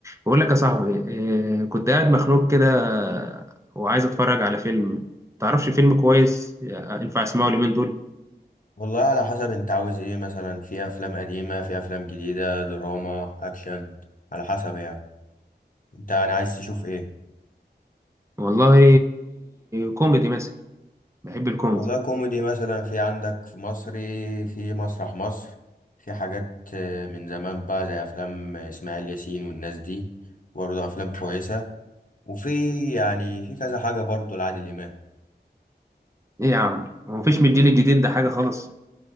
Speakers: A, on the right; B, on the left.
A: بقول لك يا صاحبي آه، كنت قاعد مخنوق كده وعايز اتفرج على فيلم تعرفش فيلم كويس آه، ينفع اسمعه اليومين دول
B: والله على حسب انت عاوز ايه مثلا في افلام قديمة في افلام جديدة دراما اكشن على حسب يعني انت يعني عايز تشوف ايه
A: والله كوميدي مثلا بحب الكوميدي
B: والله كوميدي مثلا في عندك في مصري في مسرح مصر في حاجات آه، من زمان بقى زي افلام اسماعيل ياسين والناس دي برضه افلام كويسة وفي يعني في كذا حاجة برضه لعادل امام
A: ايه يا عم هو مفيش من الجيل الجديد ده حاجه خالص